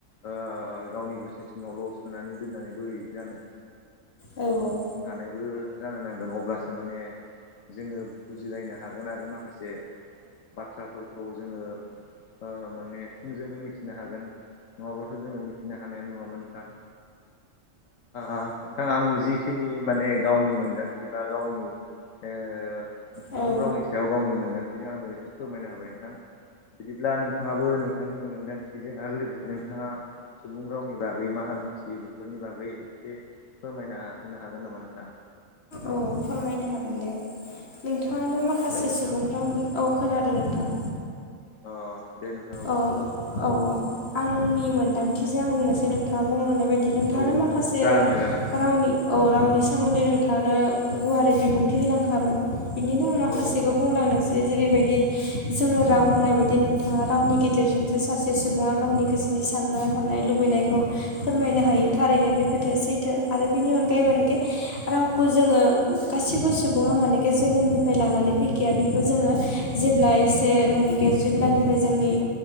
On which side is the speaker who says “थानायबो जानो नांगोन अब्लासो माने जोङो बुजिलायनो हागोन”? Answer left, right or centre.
Left